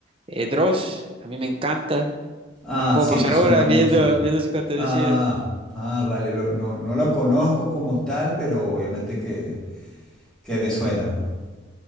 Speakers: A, on the right; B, in the centre.
A: eh, Dross, a mí me encanta.
B: Ah,
A: Eh, Puedo
B: sí,
A: pasar
B: me suena
A: horas
B: mucho.
A: viendo, viendo su contenido.
B: Ah, ah, vale, lo- no, no lo conozco como tal, pero obviamente que, que me suena, ¿no? <laughs>